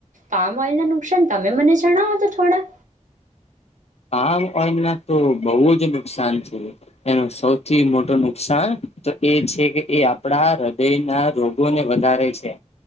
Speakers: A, on the right; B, on the left.
A: પામ ઓઇલ ના નુકસાન તમે મને જણાવો તો થોડા.
B: પામ ઓઈલના તો બહુ જ નુકસાન છે. એનું સૌથી મોટું નુકસાન તો એ છે કે એ આપણા હૃદય ના રોગોને વધારે છે.